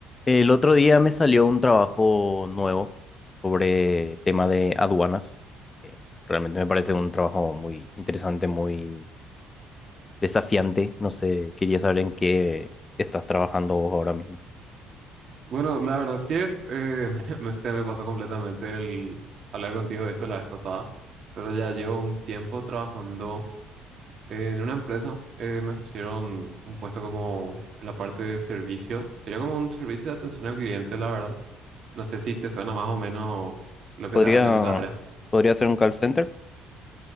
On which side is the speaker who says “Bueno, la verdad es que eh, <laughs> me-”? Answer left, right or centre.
Right